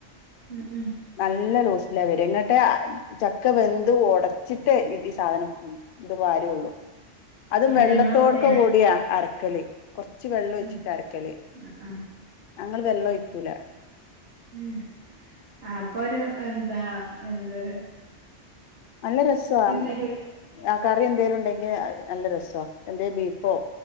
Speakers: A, on the right; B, on the left.
A: ഉം ഉം
B: നല്ല ലൂസ് ലാ വെര ന്നിട്ട് ചക്ക വെന്ത് ഒടച്ചിട്ട് ഇത് ഈ സാധനം ഇത് പാര്യേ ഉള്ളു. അതും
A: ആഹ്
B: വെള്ളത്തോടൊക്കെ
A: ഞങ്ങളവടെ
B: കൂടിയാ അരക്കല്. ച്ച് വെള്ളം ഒഴിച്ചിട്ടാ
A: ഉം
B: അരക്കല്.
A: ആഹ് ആഹ്
B: ഞങ്ങള് വെള്ളൊഴിക്കൂല.
A: ഉം അപ്പൊ ഒരു എന്താ എന്തരു
B: നല്ല രസോ ആ
A: തരുവേ
B: ആഹ് കറി എന്തെലും ഉണ്ടെങ്കിൽ നല്ല രസോ എന്തേം ബീഫോ